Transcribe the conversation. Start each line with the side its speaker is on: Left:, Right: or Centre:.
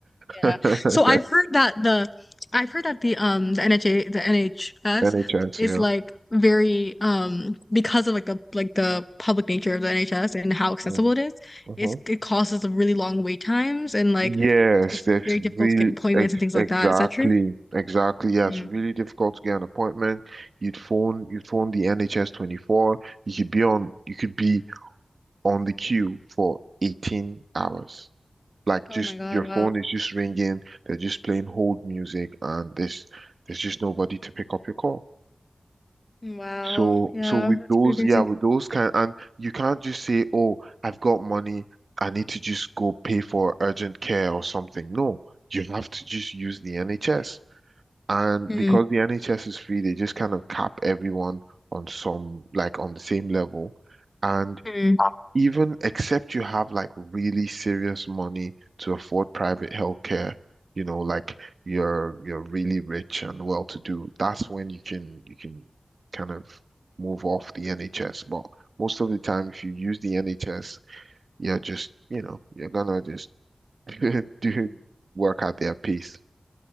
Left: Yeah.
Right: whoa. <laughs>
Left: So I've heard that the I've heard that the um the NHA the NHS
Right: NHS,
Left: is
Right: yeah.
Left: like very um because of like the like the public nature of the NHS and how accessible
Right: Mm.
Left: it is,
Right: Uh-huh.
Left: it's, it causes a really long wait times and like
Right: Yes,
Left: it's
Right: that's
Left: very difficult
Right: really
Left: to get appointments
Right: ex
Left: and things
Right: exactly,
Left: like that. Is that true?
Right: exactly. Yeah,
Left: Mm.
Right: it's really difficult to get an appointment. You'd phone, you'd phone the NHS 24. You could be on, you could be on the queue for 18 hours. Like
Left: Oh
Right: just
Left: my God,
Right: your
Left: wow.
Right: phone is just ringing. They're just playing hold music, and there's there's just nobody to pick up your call.
Left: Wow.
Right: So,
Left: Yeah,
Right: so with
Left: that's
Right: those,
Left: pretty crazy.
Right: yeah, with those kind, and you can't just say, "Oh, I've got money. I need to just go pay for urgent care or something." No, you have to just use the NHS. And
Left: Mm.
Right: because the NHS is free, they just kind of cap everyone on some, like on the same level. And
Left: Mm.
Right: even except you have like really serious money to afford private healthcare, you know, like you're you're really rich and well to do, that's when you can you can kind of move off the NHS. But most of the time, if you use the NHS, you're just, you know, you're gonna just <laughs> do work at their pace.